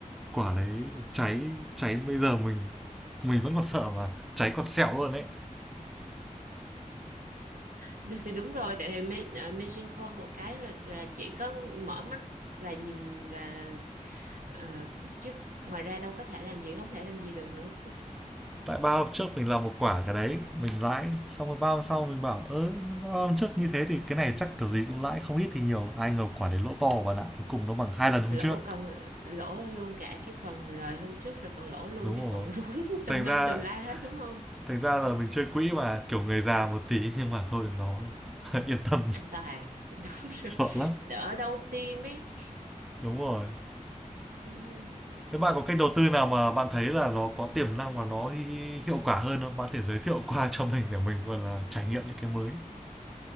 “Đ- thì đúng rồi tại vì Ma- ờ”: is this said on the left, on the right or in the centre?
Right